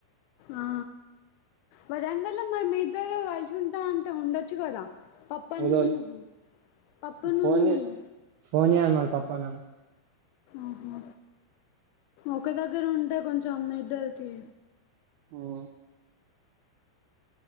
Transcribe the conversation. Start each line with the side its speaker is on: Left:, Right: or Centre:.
Left: ఆ వరంగలో మరి మీద్ ఇద్దరు గల్చుంటా అంటే ఉండొచ్చు గదా పప్ పన్నును
Right: ఏదోల్
Left: నువ్వు పప్ప నున్న
Right: ఫోన్ చే
Left: నవ్వు
Right: ఫోన్ జేయనది పప్పు అన్ననికి
Left: ఆహా ఒక దగ్గర ఉంటే కొంచెం మీ ఇద్దరికి
Right: ఓ ఆ